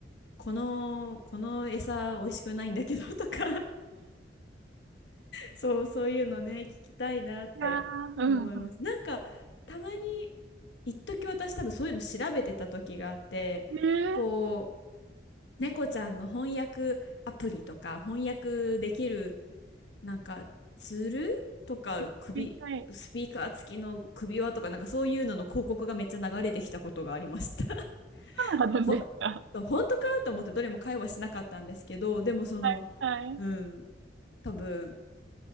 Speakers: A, on the left; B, on the right.
A: この、この餌美味しくないんだけどとかそう、そういうのね、聞きたいなって思います。
B: いやー、うん。
A: なんか、たまに、一時私多分そういうの調べてた時があって、
B: ええ
A: こう、猫ちゃんの翻訳アプリとか、翻訳できる、なんか、ツールとか、
B: ー、
A: 首、
B: 見たい。
A: スピーカー付きの首輪とか、なんかそういうのの広告がめっちゃ流れてきたことがありました。<laughs>
B: そうなんですか。
A: ほ、本当かと思ってどれも会話しなかったんですけど、でもその、
B: はいはい。
A: うん、多分、